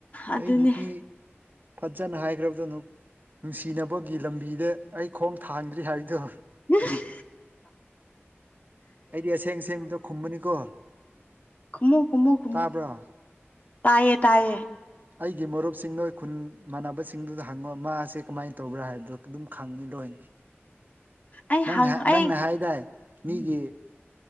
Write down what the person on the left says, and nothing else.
ꯑꯗꯨꯅꯦ
ꯎꯝ
ꯈꯨꯃꯨ ꯈꯨꯃꯨ ꯈꯨꯃꯣ
ꯇꯥꯏꯌꯦ ꯇꯥꯏꯌꯦ
ꯑꯩ
ꯍꯪ ꯑꯩ